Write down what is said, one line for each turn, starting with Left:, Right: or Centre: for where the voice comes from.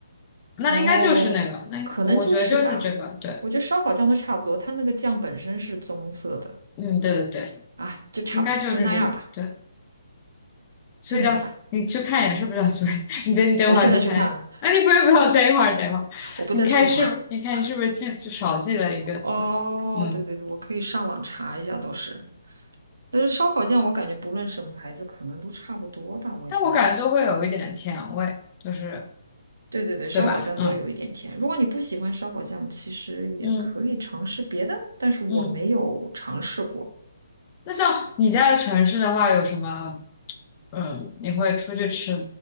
Left: 那应该就是那个，
Right: 哦，
Left: 那应该我觉得就是这个，
Right: 可能就是吧。
Left: 对。
Right: 我觉得烧烤酱都差不多，它那个酱本身是棕色的，
Left: 嗯，对对对，
Right: 哎，就差不多，
Left: 应该就是这个，
Right: 就那样吧，
Left: 对，所以叫你去看一眼是不是叫所以
Right: 就那个吧。
Left: <laughs> 你等你等会儿去看，
Right: 我现在去看啊，
Left: 啊，你不要不要，等一会儿等一会儿，
Right: 我不在厨房。
Left: 你看是不是你看你是不是记少记了一个词？
Right: <laughs> 哦，
Left: 嗯，
Right: 对对对，我可以上网查一下，倒是。但是烧烤酱我感觉不论什么牌子，可能都差不多吧，我觉得。
Left: 但我感觉都会有一点甜味，就是
Right: 对对对，烧烤酱都有一点甜。
Left: 对吧？嗯
Right: 如果你不喜欢烧烤酱，其实也可以尝试别的，
Left: 嗯
Right: 但是我没有尝试过。
Left: 嗯。那像你在城市的话，有什么？嗯，你会出去吃，